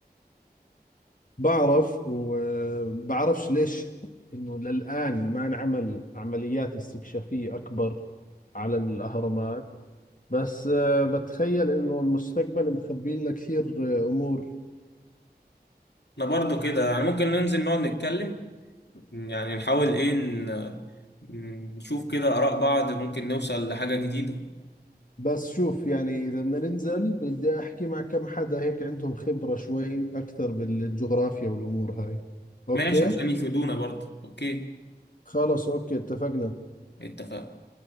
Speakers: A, on the left (about 50°); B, on the left (about 80°).
A: بعرف وبعرفش ليش إنه للآن ما انعمل عمليات استكشافية أكبر على الأهرامات بس آه، بتخيل إنه المستقبل مخبي لنا كثير آه، أمور
B: أنا برضو كده يعني ممكن ننزل نقعد نتكلم يعني نحاول إيه ن- نشوف كده آراء بعض ممكن نوصل لحاجة جديدة
A: بس شوف يعني إذا بدنا ننزل بدي أحكي مع كم حدا هيك عندهم خبرة شوي أكثر بالجغرافيا والأمور هاي أوكي
B: ماشي عشان يفيدونا برضو أوكي
A: خلص أوكي اتفقنا
B: اتفقنا